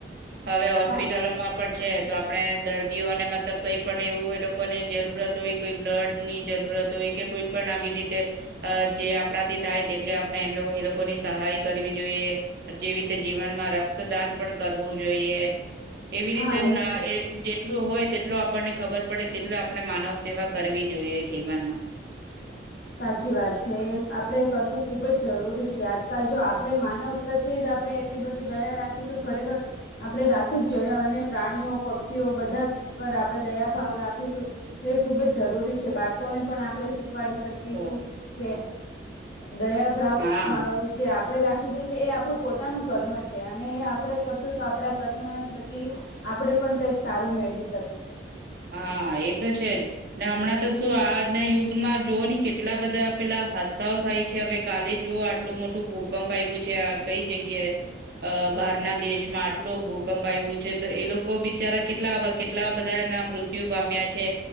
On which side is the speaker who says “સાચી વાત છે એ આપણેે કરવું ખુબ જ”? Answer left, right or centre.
Left